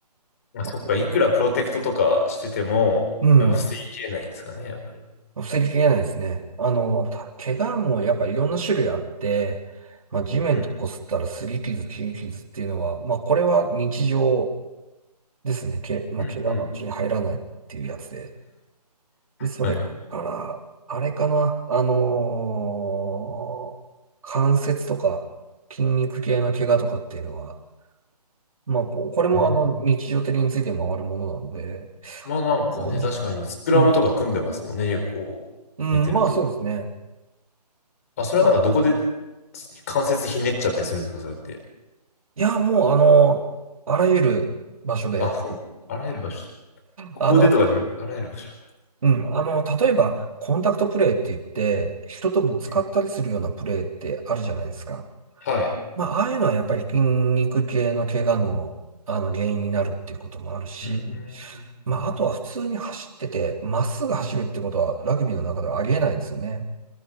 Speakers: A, on the left; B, on the right.
A: まあそっか、
B: まあ、怪我
A: いくらプロテクトとかしてても、
B: うん。
A: やっぱ防ぎきれないんですかね、やっぱり。
B: 防ぎきれないですね。あの、た怪我もやっぱいろんな種類あって、まあ地面と擦ったら擦り傷、
A: うん、
B: 切り傷っていうのは、まあこれは日常ですね。け、まあ怪我のうちに入らないっていうやつで。
A: うん、うん。
B: で、それから、
A: はい。
B: あれかな、あのー関節とか筋肉系の怪我とかっていうのは、まあ、ここれもあの日常的について回るものなので、
A: うんまあなんかね、
B: ここに
A: 確かにスクラムとか組んでますもんね、
B: うん、
A: 結構見てると。
B: うん、まあそうですね。
A: あ、それはなんかどこで
B: まあ、
A: 関節ひねっちゃったりするんですか、それって。
B: いや、もうあのーあらゆる場所で、
A: あ、そう。あらゆる場所。ここでとかじゃなくて、
B: あの、
A: あらゆる場所。
B: うん、あの、例えば、コンタクトプレーって言って、人とぶつかったりするようなプレーってあるじゃないですか。
A: うんはい。
B: まあ、ああいうのはやっぱり筋肉系の怪我の、あの原因になるっていうこともあるし、
A: うーん、
B: まあ、
A: なるほ
B: あとは普通に走ってて、まっすぐ走るってことはラグビーの中ではありえないんですよね。